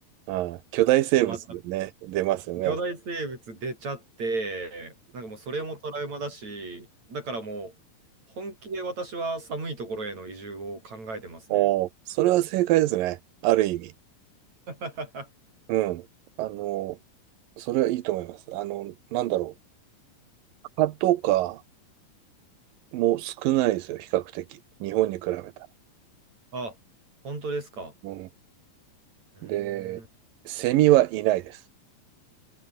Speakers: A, on the right; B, on the right.
A: ああ、巨大生物でね、
B: 泊まった
A: 出ますよね。
B: 巨大生物出ちゃって、なんかもうそれもトラウマだし、だからもう本気で私は寒いところへの移住を考えてますね。
A: おお、それは正解ですね。ある意味。
B: <laughs>
A: うん。あの、それはいいと思います。あの、なんだろう。蚊とかも少ないですよ、比較的。日本に比べたら。
B: あ、本当ですか。
A: うん。
B: うーん。
A: で、セミはいないです。